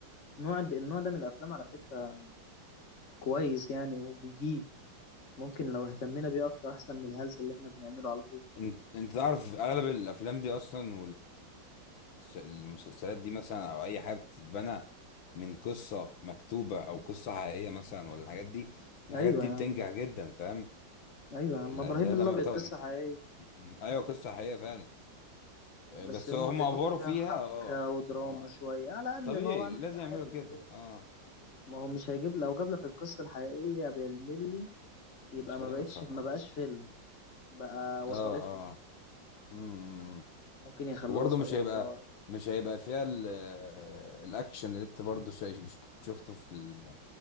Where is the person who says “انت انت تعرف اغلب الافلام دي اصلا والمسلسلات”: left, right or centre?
Left